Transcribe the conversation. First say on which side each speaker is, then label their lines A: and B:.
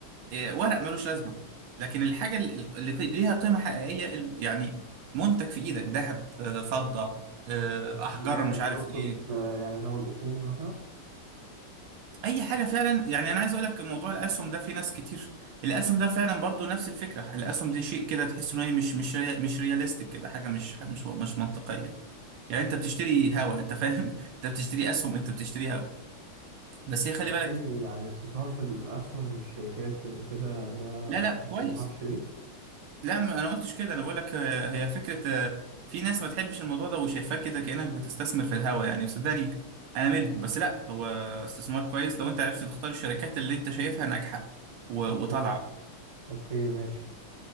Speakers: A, on the right (about 80°); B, on the right (about 30°).
A: آه، ورق ملوش لازمه لكن الحاجه اللي اللي قي- ليها قيمه حقيقيه ال- يعني منتج في ايدك ذهب آه، فضه آه، احجار
B: اللي هي
A: مش
B: انت
A: عارف
B: تقصد
A: ايه
B: آه، يعني اللي هو الأصول مثلا
A: اي حاجه فعلا يعني انا عايز اقول لك موضوع الاسهم ده في ناس كتير الاسهم ده فعلا برضو نفس الفكره الاسهم دي شيء كده تحس انه إيه مش مش ريا- مش رياليستيك كده حاجه مش مش مش منطقيه يعني انت بتشتري هوا انت فاهم <laughs> انت بتشتري اسهم انت بتشتري هوا بس هي خلي بالك
B: في يعني الاستثمار في الأسهم الشركات وكده ده
A: لا لا كويس
B: متنصحش بيه
A: لا ما انا قلتش كده انا بقول لك آه، هي فكره آه، في ناس ما تحبش الموضوع ده وشايفاه كده كانك بتستثمر في الهوا يعني وصدقني انا منهم بس لا هو استثمار كويس لو انت عرفت تختار الشركات اللي انت شايفها ناجحه و-
B: أوكي
A: وطالعه
B: أوكي ماشي